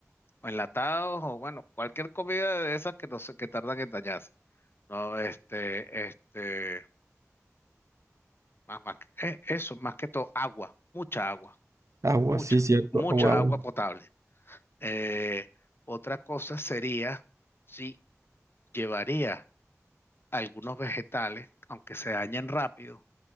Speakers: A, on the left; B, on the right.
A: O enlatados, o bueno, cualquier comida de esas que no sé, que tardan en dañarse. No, este, este, más, más, que- eh, eso, más que todo, agua, mucha agua,
B: Agua,
A: mucha,
B: sí, cierto,
A: mucha
B: agua, agua.
A: agua potable. Eh, otra cosa sería si llevaría algunos vegetales, aunque se dañen rápido